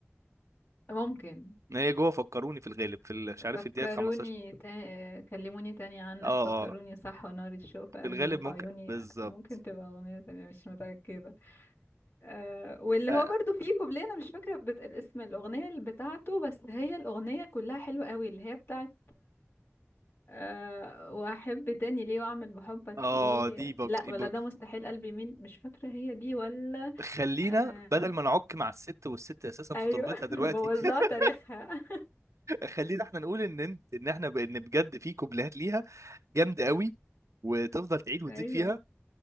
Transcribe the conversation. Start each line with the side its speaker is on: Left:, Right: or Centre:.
Left: ممكن
Right: ما هي جوه فكروني في الغالب في ال- مش عارف
Left: فكروني
Right: الدقيقه 15
Left: تا... كلموني تاني عنك
Right: اه
Left: فكروني
Right: اه
Left: صح ونار الشوق في قلبي
Right: في الغالب
Left: وفي
Right: ممكن
Left: عيوني
Right: بالظبط
Left: ممكن تبقى أغنية تانية مش متأكدة أه واللي
Right: اه
Left: هو برضو فيه كوبليه أنا مش فاكرة بت... اسم الأغنية اللي بتاعته بس هي الأغنية كلها حلوة قوي اللي هي بتاعت أه وأحب تاني ليه وأعمل بحبك
Right: آه،
Left: إيه
Right: دي بق...
Left: لا ولا
Right: بق...
Left: ده مستحيل قلبي مين مش فاكرة هي دي ولا
Right: خلينا
Left: أه
Right: بدل ما نعك مع الست والست اساسا
Left: أيوة
Right: في تربتها
Left: <laughs>
Right: دلوقتي
Left: أنا بوظ
Right: <laughs>
Left: لها تاريخها
Right: خلينا احنا نقول ان انت ان احنا ب... ان بجد في كوبليهات ليها جامده قوي وتفضل تعيد وتزيد
Left: <laughs> أيوة
Right: فيها